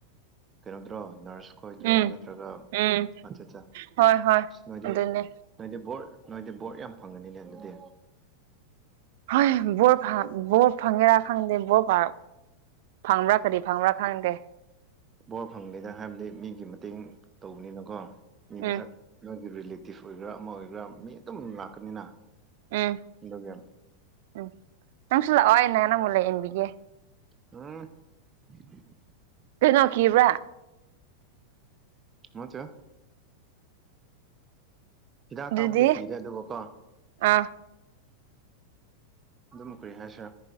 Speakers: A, on the right (about 20°); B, on the right (about 50°).
A: ꯀꯩꯅꯣꯗ꯭ꯔꯣ ꯅꯔꯁ ꯈꯣꯏꯗ꯭ꯔꯣ
B: ꯎꯝ
A: ꯅꯠꯇ꯭ꯔꯒ
B: ꯎꯝ
A: ꯃꯆꯠꯠ ꯑ
B: ꯍꯣꯏ ꯍꯣꯏ
A: ꯅꯣꯏꯗꯤ
B: ꯑꯗꯨꯅꯦ
A: ꯅꯣꯏꯗꯤ ꯕꯣꯔꯠ ꯅꯣꯏꯗꯤ ꯕꯣꯔꯠ ꯌꯥꯝ ꯐꯪꯉꯅꯤꯅꯦ ꯑꯗꯨꯗꯤ
B: ꯍꯣꯏ ꯕ ꯕꯣꯔꯠ ꯐꯪꯒꯦꯔꯥ ꯈꯪꯗꯦ ꯣ ꯄꯥ ꯐꯪꯕ꯭ꯔꯥ ꯀꯗꯤ ꯐꯪꯕ꯭ꯔꯥ ꯈꯪꯒꯦ
A: ꯕꯣꯔ ꯐꯪꯕꯅꯤꯗ ꯍꯥꯏꯕꯗꯤ ꯃꯤꯒꯤ ꯃꯇꯦꯡ ꯇꯧꯕꯅꯤꯅꯀꯣ ꯃꯤ
B: ꯎꯝ
A: ꯃꯁꯛ ꯅꯣꯏꯒꯤ ꯔꯤꯂꯦꯇꯤꯞ ꯑꯣꯏꯒ꯭ꯔꯥ ꯑꯃ ꯑꯣꯏꯒꯦꯔꯥ ꯃꯤ ꯑꯗꯨꯝ ꯂꯥꯛꯀꯅꯤꯅ
B: ꯎꯝ
A: ꯑꯗꯨꯒꯤ
B: ꯎꯝ ꯅꯪꯁꯨ ꯂꯥꯛꯑꯣ ꯑ ꯅ ꯅꯪꯕꯨꯨ ꯂꯩꯌꯦꯟꯕꯤꯒꯦ
A: ꯎꯝ <unintelligible>
B: ꯀꯩꯅꯣ ꯀꯕ꯭ꯔꯥ
A: ꯃꯆꯥ ꯍꯤꯗꯥꯛ
B: ꯑꯗꯨꯗꯤ
A: ꯀꯥꯞꯄꯗ ꯀꯤꯔꯦ ꯑꯗꯨꯒ ꯀꯣ
B: ꯑꯥ
A: ꯑꯗꯨꯝ ꯀꯨꯏ ꯍꯥꯏꯁꯦ